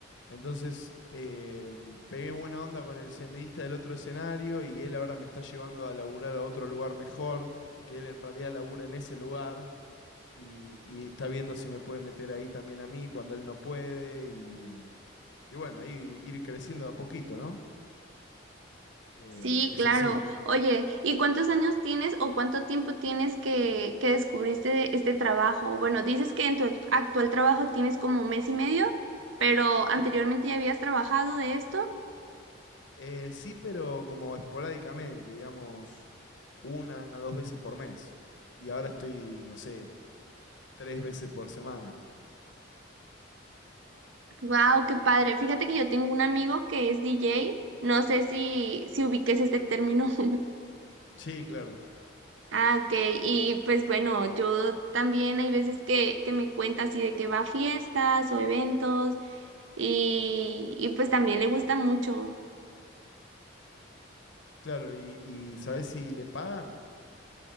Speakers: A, on the left (about 70°); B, on the right (about 75°).
A: Entonces, eh, pegué buena onda con el sonidista del otro escenario y él ahora me está llevando a laburar a otro lugar mejor, que él en realidad labura en ese lugar y, y está viendo si me puede meter ahí también a mí cuando él no puede y, y bueno, ahí ir creciendo de a poquito, ¿no? Eh,
B: Sí,
A: es
B: claro.
A: así.
B: Oye, ¿y cuántos años tienes o cuánto tiempo tienes que, que descubriste este trabajo? Bueno, dices que en tu actual trabajo tienes como mes y medio, pero anteriormente
A: Sí,
B: ya habías trabajado de esto.
A: Eh, sí, pero como esporádicamente, digamos, una, dos veces por mes. Y ahora estoy, no sé, tres veces por semana.
B: Wow, qué padre. Fíjate que yo tengo un amigo que es DJ. No sé si, si ubiques este término. <laughs>
A: Sí, claro,
B: Ah, ok. Y pues bueno, yo también hay veces que, que me cuenta así de que va a fiestas o eventos y, y pues también le gusta mucho.
A: claro. ¿Y, y sabés si le pagan?